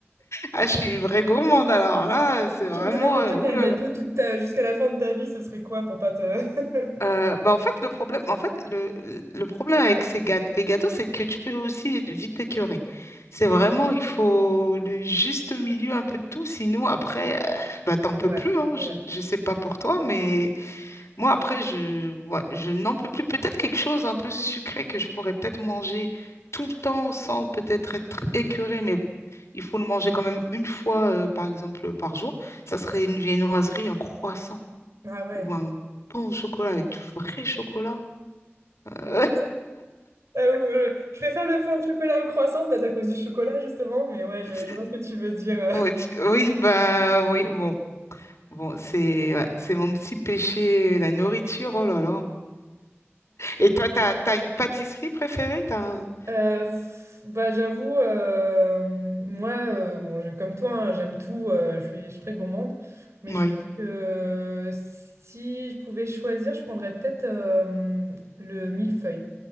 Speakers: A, on the left; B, on the right.
A: Ah, je suis une vraie gourmande alors là, c'est
B: Si
A: vraiment...
B: tu ne devais manger
A: euh, oulala
B: qu'un gâteau toute ta- jusqu'à la fin de ta vie, ce serait quoi pour pas te. <laughs>
A: Euh, bah en fait, le problème, en fait, le, le- le problème avec ces gâteaux, les gâteaux, c'est que tu peux aussi être vite t'écœurer. C'est
B: Oui,
A: vraiment, il faut le juste milieu un peu de tout, sinon après, euh, bah, t'en peux
B: c'est vrai,
A: plus, hein.
B: c'est
A: Je,
B: vrai.
A: je sais pas pour toi, mais moi, après, je, ouais, je n'en peux plus. Peut-être quelque chose un peu sucré que je pourrais peut-être manger tout le temps sans peut-être être écœurée, mais il faut le manger quand même une fois, euh, par exemple, par jour. Ça serait une viennoiserie, un croissant
B: Ah ouais.
A: ou un bon chocolat avec du vrai chocolat. Euh,
B: Euh, euh, je préfère le feu au chocolat au croissant, peut-être à cause du chocolat justement, mais ouais,
A: <laughs>
B: je,
A: c'est-
B: je vois ce que tu veux dire. <laughs>
A: ouais, tu- oui, bah oui, bon. Bon, c'est ouais, c'est mon petit péché, la nourriture, oh là là. Et toi, t'as, t'as une pâtisserie préférée, t'as... un-
B: Euh, pff, bah j'avoue, euh, moi, euh, bon, je- comme toi, hein, j'aime tout, euh, je suis, je suis très gourmande, mais
A: Oui.
B: je pense que euh, si je pouvais choisir, je prendrais peut-être euh, le millefeuille.